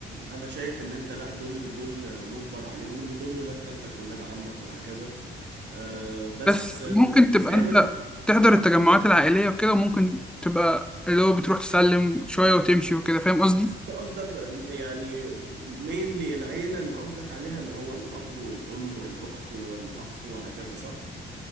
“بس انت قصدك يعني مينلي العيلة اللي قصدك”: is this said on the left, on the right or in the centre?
Right